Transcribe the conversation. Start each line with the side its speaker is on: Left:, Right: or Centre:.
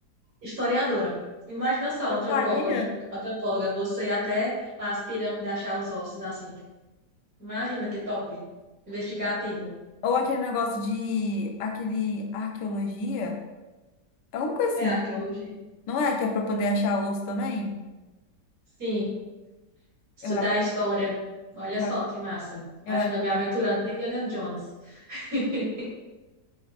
Right: Historiadora. Imagina só,
Left: eu
Right: antropóloga,
Left: faria.
Right: antropóloga, você ir até lá as pirâmides achar os ossos assim. Imagina que top. Investigativo.
Left: Ou aquele negócio de. Aquele. Arqueologia? É uma coisa
Right: É
Left: assim.
Right: arqueologia.
Left: Não é que é para poder achar osso também?
Right: Sim, estudar
Left: Eu acho.
Right: história. Olha
Left: Eu
Right: só
Left: acho.
Right: que massa.
Left: Eu
Right: Imagina
Left: acho.
Right: eu me aventurando que nem Indiana Jones. <laughs>